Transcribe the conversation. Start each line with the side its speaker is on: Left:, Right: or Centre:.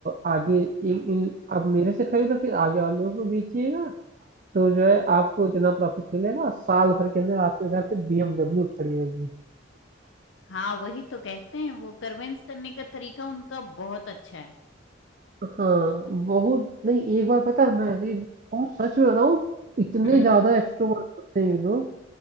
Right: आगे इन इन आप मेरे से खरीदो फिर आगे वालों को बेचिएगा तो जो है आपको इतना प्रॉफिट मिलेगा साल भर के अंदर आपके घर पे बीएमडब्ल्यू खड़ी होगी
Left: हाँ वही तो कहते हैं वो करवेंस करने का तरीका उनका बहुत अच्छा है
Right: हाँ बहुत नहीं एक बार पता है मैं ऐसे ही- और सच में बताऊं इतने
Left: हम्म
Right: ज्यादा एक्सट्रोवर्ट होते हैं ये लोग